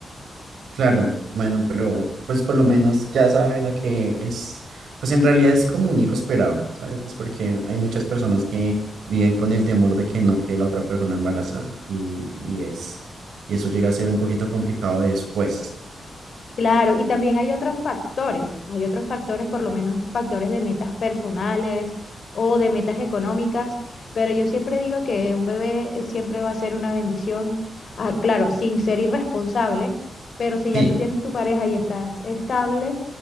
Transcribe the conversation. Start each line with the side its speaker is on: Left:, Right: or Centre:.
Right: Claro, bueno, pero pues por lo menos ya sabe uno que es, pues en realidad es como un hijo esperado, ¿sabes? Porque hay muchas personas que viven con el temor de que no quede la otra persona embarazada y, y es, y eso llega a ser un poquito complicado después.
Left: Claro, y también hay otros factores, hay otros factores, por lo menos factores de metas personales o de metas económicas, pero yo siempre digo que un bebé eh, siempre va a ser una bendición, ah, claro, sin ser irresponsable, pero si ya
Right: Sí,
Left: tú tienes tu pareja y estás estable,